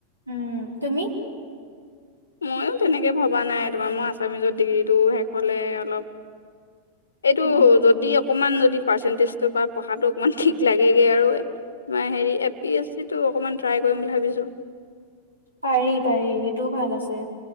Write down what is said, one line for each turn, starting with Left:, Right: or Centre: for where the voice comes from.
Right: উম, তুমি?
Left: ময়ো তেনেকৈ ভবা নাই তোমাৰ মই আছামিজত ডিগ্ৰীটো শেষ হ'লে অলপ এইটো
Right: উম,
Left: যদি অকনমান যদি পাৰ্চেন্টেজটো পৰা পঢ়াটো অকনমান ঠিক লাগে গে আৰু হেৰি এ পি এছ চিটো অকমান ট্ৰাই কৰিম বুলি ভাবিছো।
Right: পাৰি-পাৰি সেইটোও ভাল আছে।